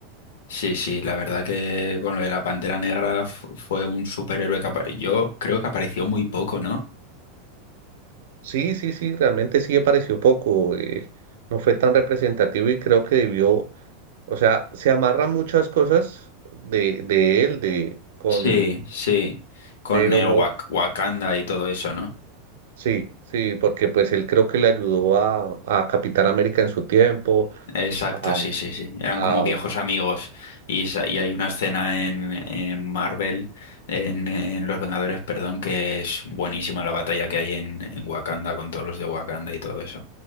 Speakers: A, on the left; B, on the right.
A: sí, sí, la verdad que con lo de la Pantera Negra fu- fue un superhéroe que apa- yo creo que apareció muy poco, ¿no?
B: Sí, sí, sí, realmente sí me pareció poco, eh, no fue tan representativo y creo que debió O sea, se amarran muchas cosas de, de él, de con,
A: Sí, sí, con
B: pero
A: el
B: no,
A: Wak- Wakanda y todo eso, ¿no?
B: sí, sí, porque pues él creo que le ayudó a, a Capitán América en su tiempo,
A: Exacto,
B: a,
A: sí, sí, sí, eran
B: a
A: como viejos amigos y, sa- y hay una escena en, en Marvel, en, en Los Vengadores, perdón, que es buenísima la batalla que hay en, en Wakanda con todos los de Wakanda y todo eso.